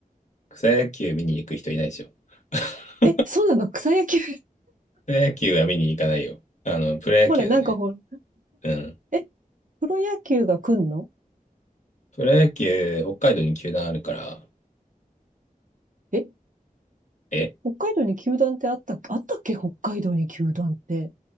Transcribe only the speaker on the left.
草野球見に行く人いないでしょ。<laughs>
プロ野球は見に行かないよ。あの、プロ野球だね。
うん。
プロ野球、北海道に球団あるから、
え